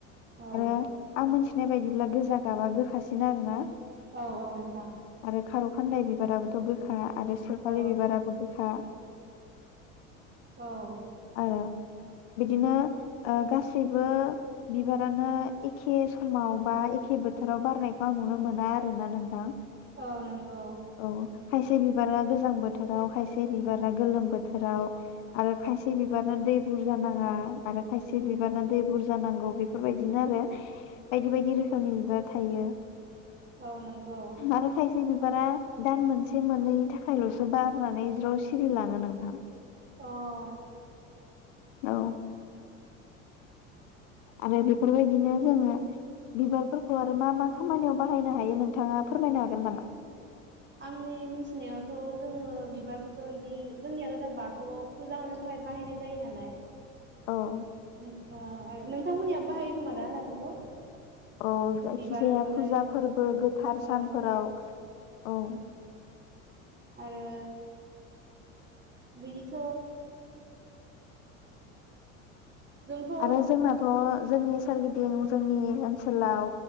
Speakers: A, on the right; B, on the left.
A: औ
B: आरो आं मिथिनाय बायदिब्ला गोजा गाबा गोखासि बिदिनो आरोना?
A: औ औ नोंथां
B: आरो खारौ खान्दाय बिबाराबोथ' गोखा। आरो सेपालि
A: औ
B: बिबाराबो गोखा।
A: औ
B: आरो बिदिनो ओ गासैबो बिबारानो एखे समाव बा एखे बोथोराव बारनायखौ आं नुनो मोना आरोना नोंथां
A: औ नंगौ
B: औ खायसे बिबारा गोजां बोथोराव खायसे बिबारा गोलोम बोथ फोराव आरो खायसे बिबारनो दै बुरजा नाङा आरो खायसे बिबारनो दै बुरजा नांगौ बेफोरबायदिनो आरो बायदि बायदि रोखोमनि बिबार थायो।
A: औ नोंगौ
B: आरो खायसे बिबारा दान मोनसे मोननैनि थाखायल'सो बारनानै ज्र सिरिलाङो नोंथां।
A: अह
B: औ आरो बेफोरबायदिनो जोङो बिबारफोरखौ आरो मा मा खामानियाव बाहायनो हायो नोंथाङा फोरमायनो हागोन नामा?
A: आंनि मिथिनायावथ' जोङो बिबारखौथ' इदि जोंनियाथ' दा बाथौआव फुजा होनो थाखाय बाहायनाय जायो नालाय
B: अह
A: उ अ आर नोंथांमोननिया बाहायो खोमा दा ना बेखौ?
B: औ जायखिजाया
A: बिबारखौलाय
B: फुजा फोरबो गोथार
A: औ
B: सानफोराव औ।
A: आरो बिदिथ' जोंथ' ओ
B: आरो जोंनाथ' जोंनि सोरगिदिं जोंनि ओनसोलाव